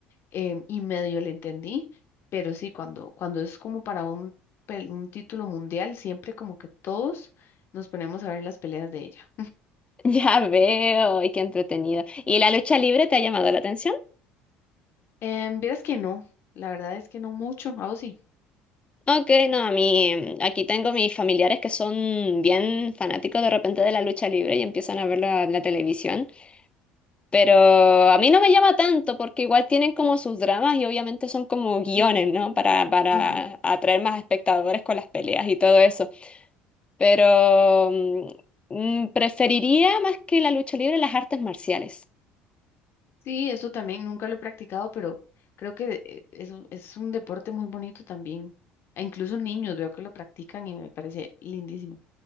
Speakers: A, on the left; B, on the left.
A: em, y medio le entendí, pero sí, cuando, cuando es como para un, pe- un título mundial, siempre como que todos nos ponemos a ver las peleas de ella.
B: Ya veo, y qué entretenido. ¿Y la lucha libre te ha llamado la atención?
A: Em, vieras que no, la verdad es que no mucho, a vos sí.
B: Ok, no, a mí, mm, aquí tengo mis familiares que son bien fanáticos de repente de la lucha libre y empiezan a verla en la televisión, pero a mí no me llama tanto porque igual tienen como sus dramas y obviamente son como guiones,
A: Ujú,
B: ¿no? Para, para
A: ujú.
B: atraer más espectadores con las peleas y todo eso. Pero mm, mm, preferiría más que la lucha libre las artes marciales.
A: Sí, eso también nunca lo he practicado, pero creo que eh, es, un- es un deporte muy bonito también. E incluso niños veo que lo practican y me parece lindísimo.